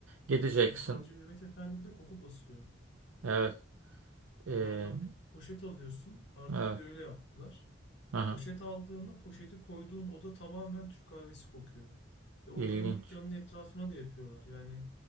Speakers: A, on the right (about 90°); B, on the left (about 65°).
A: Gideceksin.
B: Bak kuru kahveci Mehmet Efendi bir de koku basıyor.
A: Evet.
B: Onlardan
A: Ee,
B: bir poşet alıyorsun. Artık
A: evet.
B: bir de öyle yaptılar.
A: Aha,
B: Poşet aldığında poşeti koyduğun oda tamamen Türk kahvesi kokuyor. Ve onların
A: ilginç.
B: dükkanının etrafına da yapıyorlar. Yani